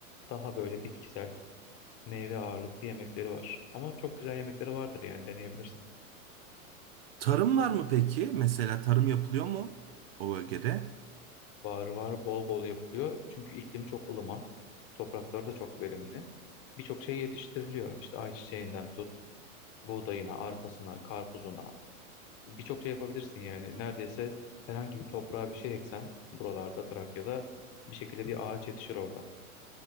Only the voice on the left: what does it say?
Daha böyle bitkisel meyve ağırlıklı yemekleri var. Ama çok güzel yemekleri vardır yani deneyebilirsin.
Var var bol bol yapılıyor. Çünkü iklimi çok ılıman. Toprakları da çok verimli. Birçok şey yetiştiriliyor. İşte ayçiçeğinden tut, buğdayına, arpasına, karpuzuna. birçok şey yapabilirsin yani. Neredeyse herhangi bir toprağa bir şey eksen buralarda Trakya'da bir şekilde bir ağaç yetişir orada.